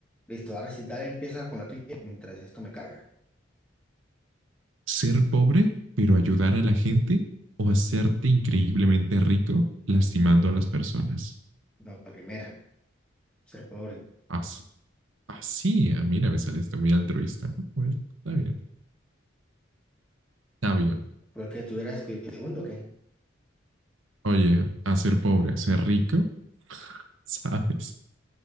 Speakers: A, in the centre; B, on the right.
A: Listo, ahora sí, dale, empieza con la tuya mientras esto me carga.
B: Ser pobre, pero ayudar a la gente o hacerte increíblemente rico lastimando a las personas.
A: No, la primera, ser pobre.
B: Así, así ah, mira, me saliste muy altruista. Ah, Bueno, está bien, está bien.
A: Porque tú eras cu- segundo, ¿qué?
B: Oye, hacer pobre, hacer rico, <laughs> ¿sabes?